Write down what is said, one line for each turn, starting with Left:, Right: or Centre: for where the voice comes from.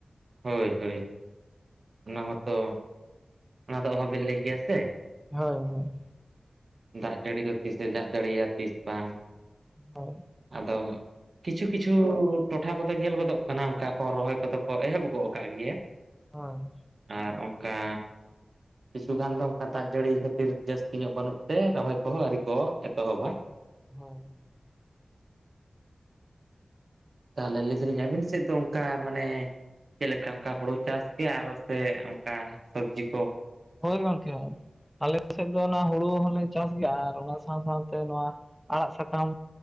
Right: ᱦᱳᱭ ᱦᱳᱭ ᱚᱱᱟ ᱢᱟᱛᱚ ᱚᱱᱟ ᱫᱚ ᱚᱦᱚ ᱵᱮᱱ ᱞᱟᱹᱭ ᱠᱮᱭᱟ ᱥᱮ᱾
Centre: ᱦᱳᱭ ᱦᱳᱭ᱾
Right: ᱫᱟᱜ ᱡᱟᱹᱲᱤ ᱫᱚ ᱛᱤᱥᱮ ᱫᱟᱜ ᱡᱟᱹᱲᱤᱭᱟ ᱛᱤᱥ ᱵᱟᱝ
Centre: ᱦᱳᱭ
Right: ᱟᱫᱚ ᱠᱤᱪᱷᱩ ᱠᱤ ᱠᱤᱪᱷᱩ ᱴᱚᱴᱷᱟ ᱠᱚᱫᱚ ᱧᱮᱞ ᱜᱚᱫᱚᱜ ᱠᱟᱱᱟ ᱚᱱᱠᱟ ᱠᱚ ᱨᱚᱦᱚᱭ ᱠᱚᱫᱚ ᱠᱚ ᱮᱦᱚᱵ ᱜᱚᱜ ᱠᱟᱜ ᱜᱮᱭᱟ᱾
Centre: ᱦᱚᱭ᱾
Right: ᱟᱨ ᱚᱝᱠᱟᱼᱼ ᱠᱤᱪᱷᱩ ᱜᱟᱱ ᱫᱚ ᱚᱱᱠᱟ ᱫᱟᱜ ᱡᱟᱹᱲᱤ ᱠᱷᱟᱹᱛᱤᱨ ᱡᱟᱹᱥᱛᱤ ᱧᱚᱜ ᱵᱟᱹᱱᱩᱜ ᱛᱮ ᱨᱚᱦᱚᱭ ᱠᱚ ᱦᱚᱸ ᱟᱹᱣᱨᱤ ᱠᱚ ᱮᱛᱚᱦᱚᱵᱟ᱾
Centre: ᱦᱚᱭ ᱦᱚᱭ᱾
Right: ᱛᱟᱦᱚᱞᱮ ᱞᱟᱹᱭ ᱫᱟᱹᱞᱤᱧ ᱟᱹᱵᱤᱱ ᱥᱮᱫ ᱫᱚ ᱚᱱᱠᱟ ᱢᱟᱱᱮᱼᱼ ᱪᱮᱫ ᱞᱮᱠᱟ, ᱚᱱᱠᱟ ᱦᱩᱲᱩ ᱪᱟᱥ ᱜᱮ, ᱟᱨᱚ ᱥᱮ ᱚᱱᱠᱟ ᱥᱚᱵᱽᱡᱤ ᱠᱚ?
Centre: ᱦᱳᱭ ᱜᱚᱢᱠᱮ ᱟᱞᱮ ᱥᱮᱫ ᱫᱚ ᱚᱱᱟ ᱦᱩᱲᱩ ᱦᱚᱸᱞᱮᱧ ᱪᱟᱥ ᱜᱮᱭᱟ ᱟᱨ ᱚᱱᱟ ᱥᱟᱶ ᱥᱟᱶᱛᱮ ᱱᱚᱣᱟ ᱟᱲᱟᱜ ᱥᱟᱠᱟᱢ